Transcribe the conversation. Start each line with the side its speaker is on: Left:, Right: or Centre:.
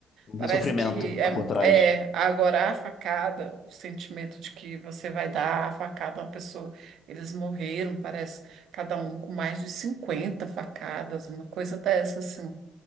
Left: Não
Right: Parece
Left: tem sofrimento
Right: que
Left: lá
Right: é,
Left: por trás.
Right: é agora a facada, o sentimento de que você vai dar a facada a uma pessoa. Eles morreram, parece, cada um com mais de 50 facadas, uma coisa dessa, assim.